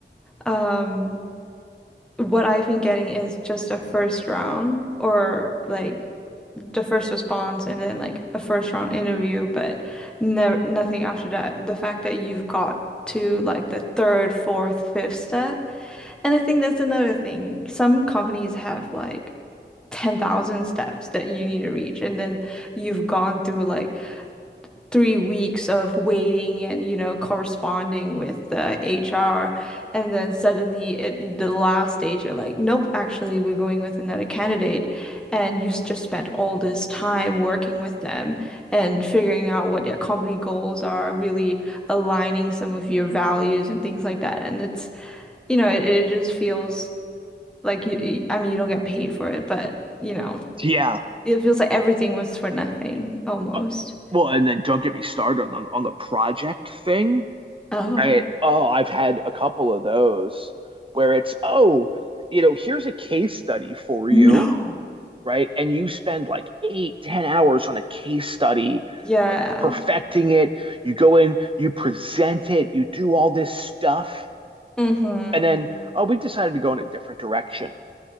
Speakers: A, in the centre; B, on the right (about 30°).
A: um, what I've been getting is just a first round or like the first response and then like a first round interview, but no nothing after that. The fact that you've got to like the third, fourth, fifth step. And I think that's another thing. Some companies have like 10,000 steps that you need to reach, and then you've gone through like three weeks of waiting and you know corresponding with the HR and then suddenly at the last stage you're like nope actually we're going with another candidate and you just spent all this time working with them and figuring out what their company goals are really aligning some of your values and things like that and it's you know it, it just feels like you- I mean you don't get paid for it but you know
B: Yeah.
A: it feels like everything was for nothing almost
B: Uh, Well, and then don't get me started on the on the project thing.
A: oh
B: I oh, I've had a couple of those where it's, oh, you know, here's a case study for
A: No.
B: you right? And you spend like eight, ten hours on a case study,
A: Yeah.
B: like perfecting it. You go in, you present it, you do all this stuff.
A: Mm-hmm.
B: And then, oh, we decided to go in a different direction.